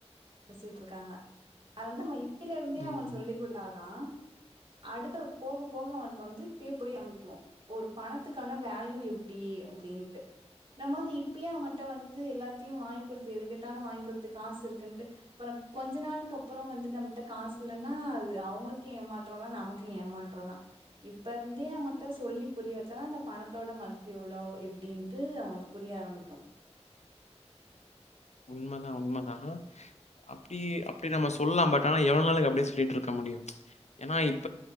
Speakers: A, on the right; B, on the left.
A: ச்சிட்டு இருக்காங்க அது வந்து நம்ம இப் பயலிருந்தே
B: ம்.
A: அவுங்குளுக்கு சொல்லி் குடுத்தாதா அடுத்த போக போக அவுங்களுக்கு வந்து இப்பயே புரிய ஆம்பிக்கோ ஒரு பணத்துக்கான வேல்யூ எப்டி அப்டின்ட்டு நம்ம வந்து இப்பயே அவுங்ககிட்ட வந்து எல்லாத்தையு வாங்கி் குடுத்து எதுக்கெட்டால வாங்கி் குடுத்து காசு இருக்குன் ட்டு அப்புறோ கொஞ்ச நாளுக்கப்புறோ வந்து நம்முள்ட்ட காசு இல்லன்னா அது அவுங்களுக்கே ஏமாற்றோதா நமக்கு ஏமாற்றோதா இப்ப இருந்தே அவுங்குள்ட்ட சொல்லி புரிய வெச்சாலா அந்த பணத்தோட மதிப்பு எவ்ளோ எப்படின்ட்டு அவுங்குளுக்கு புரிய ஆரம்பிக்கோ
B: உண்மதா உண்மதா அப்டி அப்டி நம்ம சொல்லலா பட் ஆனா எவ்வளவு நாளுக்கு அப்டியே சொல்லிட்டு இருக்க முடியோ ஏனா இப்